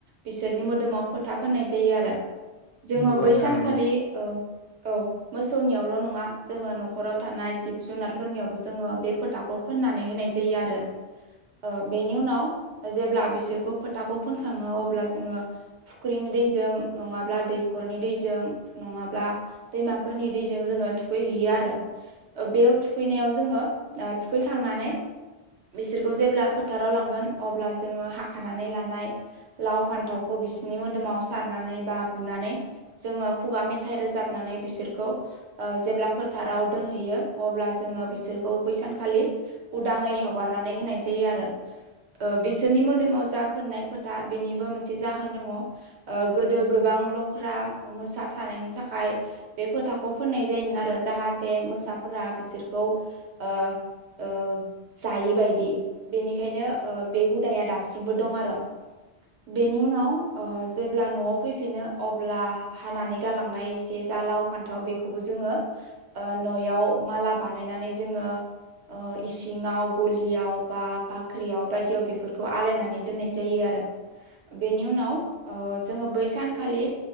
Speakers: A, on the right; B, on the left.
A: बिसोरनि मोदोमाव फोथा फोननाय जायो आरो।
B: नंगौ
A: जोङो बै सानखालि
B: नोंथां नंगौ
A: ओ औ मोसौनियावल' नङा जोङो न'खराव थानाय जिब जुनारफोरनियावबो जोङो बे फोथाखौ फोननानै होनाय जायो आरो ओ बेनि उनाव जेब्ला बिसोरखौ फोथाखौ फोनखाङो अब्ला जोङो फुख्रिनि दैजों नङाब्ला दैख' खरनि दैजों नङाब्ला दैमाफोरनि दैजों जोङो थुखै हैैयो आरो। ओ बेयाव थुखैनायाव जोङो ओ थुखैखांनानै बिसोरखौ जेब्ला फोथाराव लांगोन अब्ला जोङो हाखानानै लानाय लाव फान्थावखौ बिसोरनि मोदोमाव सारनानै बा बुनानै जोङो खुगा मेथाइ रोजाबनानै बिसोरखौ ओ जेब्ला फोथाराव दोनहैयो अब्ला जोङो बिसोरखौ बैसानखालि उदाङै हेवगारनानै होनाय जायो आरो। ओ बिसोरनि मोदोमाव जा फोननाय फोथा बेनिबो मोनसे जाहोन दङ। ओ गोदो गोबां लख्रा मोसा थानायनि थाखाय बे फोथाखौ फोननाय जायो आरो जाहाथे मोसा फोरा बिसोरखौ ओ ओ जायैबायदि बेनि खायनो ओ बे हुदाया दासिमबो दं आरो बेनि उनाव ओ जेब्ला न'आव फैफिनो अब्ला हानानै गालांनाय एसे जा लाव फान्थाव बेखौबो जोङो ओ न'याव माला बानायनानै जोङो ओ इसिङाव गलियाव बा बाख्रियाव बायदियाव बेफोरखौ आलायनानै दोननाय जायो आरो। बेनि उनाव ओ जोङो बैस सानखालि